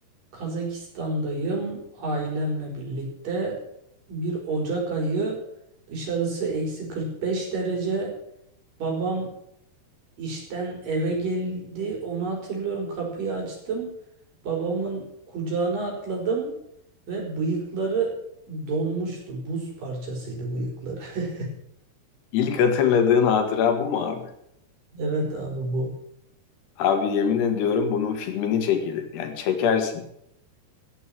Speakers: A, on the right; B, on the left.
A: Kazakistan'dayım ailemle birlikte. Bir Ocak ayı dışarısı eksi 45 derece. Babam İşten eve geldi. Onu hatırlıyorum. Kapıyı açtım. Babamın kucağına atladım ve bıyıkları donmuştu. Buz parçasıydı bıyıkları. <laughs>
B: İlk hatırladığın hatıra bu mu abi?
A: Evet abi bu.
B: Abi yemin ediyorum bunun filmini çekilir. Yani çekersin.